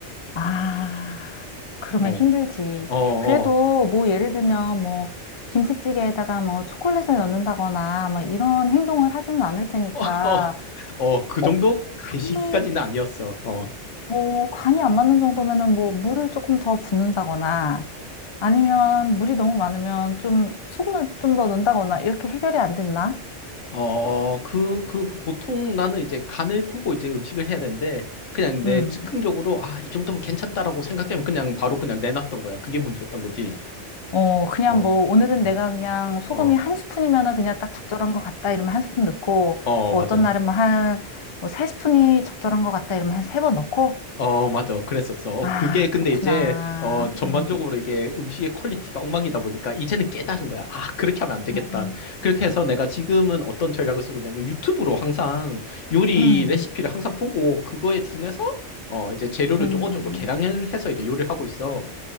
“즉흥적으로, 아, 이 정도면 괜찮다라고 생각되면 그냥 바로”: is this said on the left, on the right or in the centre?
Left